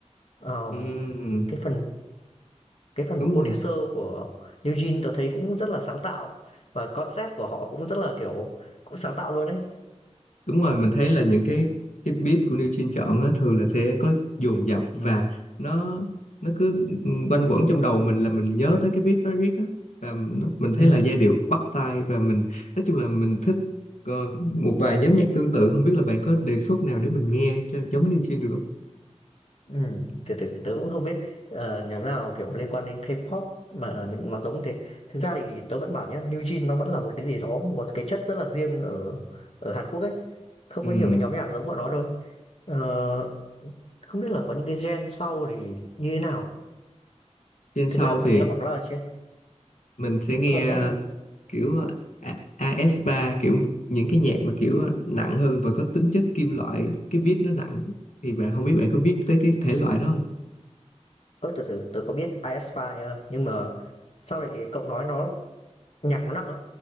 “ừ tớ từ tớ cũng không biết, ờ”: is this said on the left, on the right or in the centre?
Left